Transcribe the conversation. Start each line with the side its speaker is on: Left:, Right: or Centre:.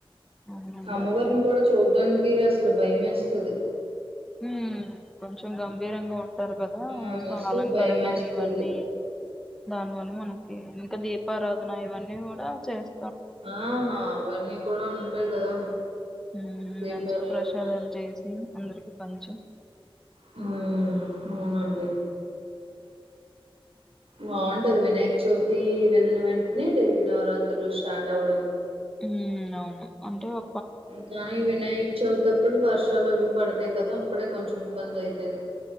Centre: అవునండి
Right: అమ్మవారిని కూడా చూడ్డానికి అసలు భయమేస్ ఇది
Centre: ఉ కొంచం గంభీరంగా ఉంటారు కదా
Right: ఆ
Centre: సో అలంకరణ
Right: భయం వేస్తది
Centre: ఇవన్నీ దానివల్ల మనకి ఇంకా దే దీపారాధన ఇవన్నీ గూడా చేస్
Right: ఆ అవన్నీ కూడా ఉంటాయి కదా
Centre: మ్
Right: దీపారాధన
Centre: మంచిగా ప్రసాదాలు చేసి అందరికి పంచు
Right: ఉమ్ అవునండి బావుంటది వినాయక చవితి వెళ్ళిన వెంటనే దేవి నవరాత్ లు స్టార్ట్ అవడం
Centre: ఉ అవును అంటే ఓ
Right: కానీ వినాయక చవితి ఆప్పుడు వర్షాలు అవి పడతాయి కదా అప్పుడే కొంచం ఇబ్బందయితది